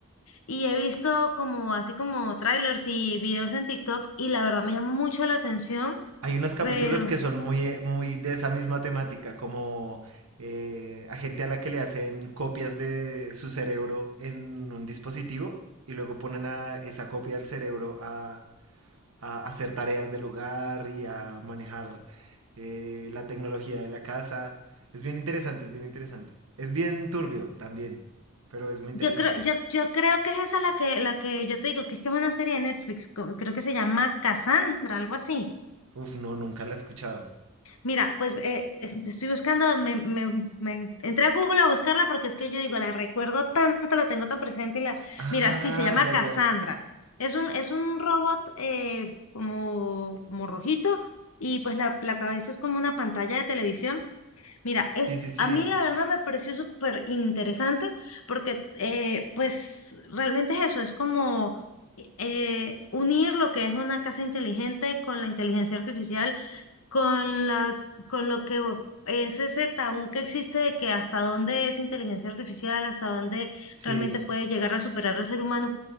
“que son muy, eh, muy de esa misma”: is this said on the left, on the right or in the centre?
Right